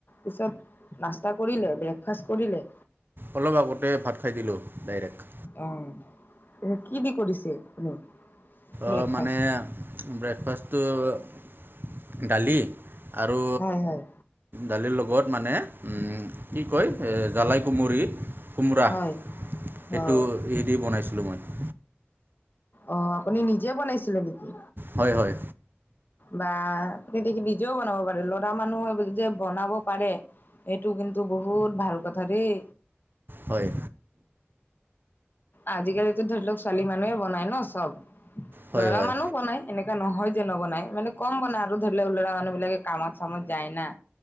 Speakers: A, on the left; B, on the right.
A: পিছত নাস্তা কৰিলে, ব্ৰেকফাষ্ট কৰিলে?
B: অলপ আগতে ভাত খাই দিলোঁ ডাইৰেক্ট।
A: অঁ' কি দি কৰিছে আপুনি? ব্ৰেকফাষ্ট?
B: অঁ' মানে ব্ৰেকফাষ্টটো দালি আৰু
A: হয়, হয়,
B: দালিৰ লগত মানে কি কয় জালাই কুমুৰি কোমোৰা
A: হয়,
B: সেইটো
A: হয়।
B: হে দি বনাইছিলোঁ মই।
A: অঁ' আপুনি নিজে বনাইছিলে নেকি?
B: হয় হয়।
A: বা তে দে নিজেও বনাব পাৰে ল'ৰা মানুহৈ যে বনাব পাৰে এইটো কিন্তু বহুত ভাল কথা দেই।
B: হয়।
A: আজিকালিতো ধৰি লওক ছোৱালী মানুহে বনাই ন' চ'ব।
B: হয়
A: ল'ৰা
B: হয়
A: মানুহ বনাই। এনেকুৱা নহয় যে নবনাই মানে কম বনায় আৰু ধৰি লওক ল'ৰা মানুহ বিলাকে কামত চামত যায় না।